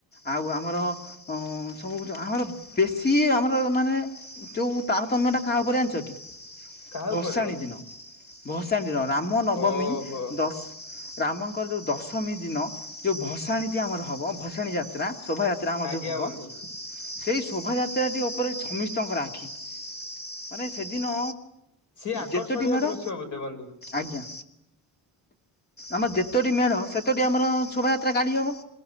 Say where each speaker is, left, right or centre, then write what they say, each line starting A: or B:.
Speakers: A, on the left; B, on the left.
A: ଆଉ ଆମର ଅଁ ସବୁ ଯଉ ଆମର ବେଶୀ ଆମର ମାନେ ଯଉ ତାରତମ୍ୟଟା କାହା ଉପରେ ଜାଣିଛ କି?
B: କାହା
A: ଭସାଣି
B: ଉପରେ ବନ୍ଧୁ?
A: ଦିନ ଭସାଣି ଦିନ ରାମନବମୀ
B: ଓହୋ
A: ଦଶ ରାମଙ୍କର ଯୋଉ ଦଶମୀ ଦିନ ଯୋଉ ଭସାଣୀଟି ଆମର ହବ ଭସାଣୀ ଯାତ୍ରା ଶୋଭାଯା ତ୍ରା ମଧ୍ୟ
B: ଆଜ୍ଞା
A: ହବ
B: ବନ୍ଧୁ
A: ସେଇ ଶୋଭାଯାତ୍ରାଟି ଓପରେ ସମସ୍ତଙ୍କର ଆଖି। ମାନେ ସେଦିନ
B: ସିଏ ଆକର୍ଷଣୀୟ
A: ଯେତୋଟି ମେଢ
B: ଦୃଶ୍ୟ ବୋଧେ ବନ୍ଧୁ।
A: ଆଜ୍ଞା ଆମର ଯେତୋଟି ମେଢ଼ ସେତୋଟି ଆମର ଶୋଭାଯାତ୍ରା ଗାଡ଼ି ହବ।